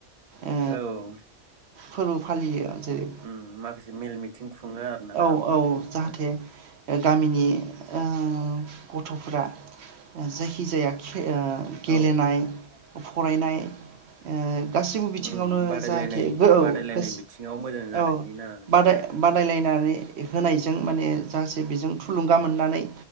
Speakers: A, on the right; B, on the right.
A: ओ
B: औ
A: फोरबो फालियो जेरै
B: उम माखासे मेल मिथिं खुङो आरोना
A: औ औ जाहाथे
B: औ
A: गामिनि ओ गथ'फोरा जायखि जाया ओ गेलेनाय
B: औ
A: फरायनाय ओ गासैबो बिथिङावनो
B: उम बादायलायनाय
A: जाहाथे गो औ
B: बादायलायनाय
A: फेस
B: बिथिङाव मोजां जानायनि
A: औ
B: ना नोंथां
A: बादाय बादायलायनानै होनायजों माने जाहाथे बेजों थुलुंगा मोननानै